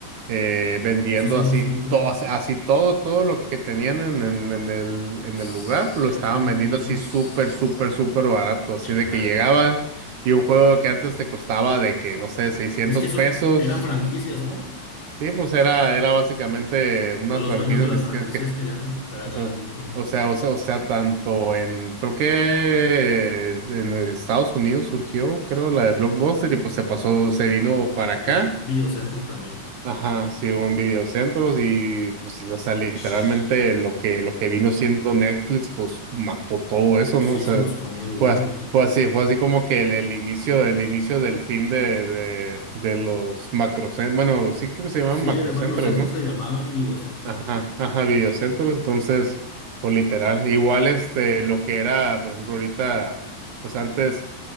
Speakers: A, on the right (about 65°); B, on the left (about 90°).
A: eh, vendiendo
B: Eso sí
A: así
B: no supe.
A: todo, así todo, todo lo que tenían en, en- en el, en
B: Ps,
A: el lugar, lo
B: ya
A: estaban
B: lo estaban
A: vendiendo
B: vendiendo.
A: así
B: Ps,
A: súper, súper, súper barato, así
B: chale.
A: de que llegaba. Y un juego que antes te costaba de que, no sé, 600
B: Es que eso
A: pesos.
B: eran franquicias, ¿no?
A: Sí, pues era, era básicamente unas
B: Los
A: franquicias
B: dueños de las franquicias
A: que, que- que-
B: querían recuperar
A: o sea,
B: algo, yo creo.
A: o sea, o sea, o sea, tanto en, creo que en Estados Unidos surgió, creo, la de Blockbuster y pues se pasó, se
B: Mm,
A: vino
B: eh,
A: para
B: ha-
A: acá.
B: Había videocentro también.
A: Ajá, sí, hubo en videocentros y pues, o sea, literalmente
B: Ps,
A: lo que, lo que vino siendo Netflix, pues mató todo eso,
B: sí,
A: ¿no? O sea,
B: se los comió duro.
A: fue, fue así, fue así como que el, el inicio, el inicio del fin de, de, de los macrocentros, bueno, sí creo que se llaman
B: Sí,
A: macrocentros,
B: el macrocentro
A: ¿no?
B: se llamaban y videocentro.
A: Ajá, ajá, videocentros, entonces, pues literal, igual este, lo que era, por ejemplo, ahorita, pues antes